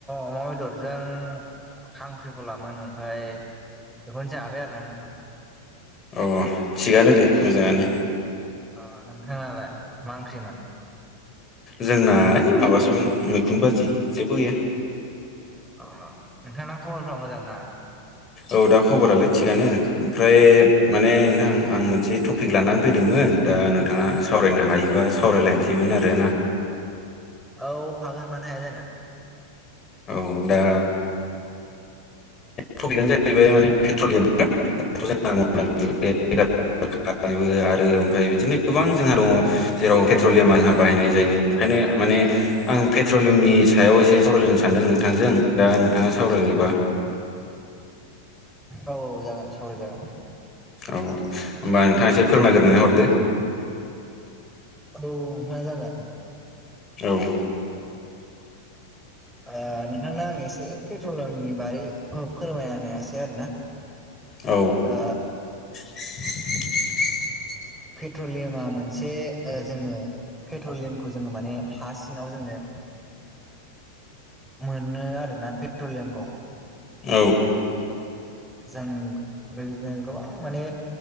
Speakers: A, in the centre; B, on the left (about 25°).
A: अमा बेदरजों खांख्रिखौ लाोन ओमफ्राय बेख जाब आरो नथ
B: अ थिगानो दे मोजाङानो
A: अ नोंथांलाय मा ओंख्रिमोन
B: जोंना ओइ माबासोमोन मैखुन बाजि जेबो गैया
A: औ नोंथां खबरफ्रा मोजां ना
B: औ दा खबरालाय थिगानो ओमफ्राय माने नोंथां आं मोनसे टपिक लानानै फैदोंमोन दा नोंथाङा सावरायनो हायोबा सावरायलायनोसैमोन आरोना
A: औ हागोन मानो हाया जानो
B: औ दा टपिकआनो जाहैबाय माने पेट्रलियामना दाथ <unintelligible> <unintelligible> बो आरो ओमफ्राय बिदिनो गोबां जोंहा दङ जेराव पेट्रलियामा आहा बाहायनाय जायो ओंखायनो माने आं पेट्रलियमनि सायाव एसे सावरायलायनो सानदों नोंथांजों दा नोंथाङा सावरायनोबा
A: औ औ जागोन सावराय जागोन
B: औ होमबा नोंथाङा एसे फोरमायग्रोनानै हरदो
A: औ नोंथां जागोन
B: औ
A: ओ नोंथांनो आं एसे पेट्रलियामनि बारै फोरमायना हायासै आरोना
B: औ
A: ओ
B: <inaudible>
A: पेट्रलियामा मोनसे जोङो पेट्रलियाम जोङो माने हा सिङाव जोङो ओ मोनो आरोना पेट्रलियामखौ
B: औ
A: जों बेबायदिनो गोबां माने